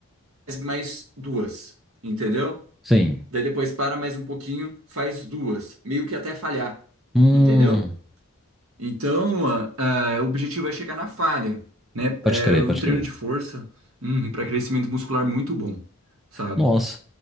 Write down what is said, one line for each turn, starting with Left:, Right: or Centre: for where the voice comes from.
Right: faz mais duas, entendeu?
Centre: Sim.
Right: Daí depois para mais um pouquinho, faz duas, meio que até falhar,
Centre: Hum,
Right: entendeu? Então, ah, ah, o objetivo é chegar na falha, né?
Centre: pode
Right: É
Centre: crer,
Right: o
Centre: pode
Right: treino
Centre: crer.
Right: de força, hum, para crescimento muscular muito bom, sabe?
Centre: Nossa.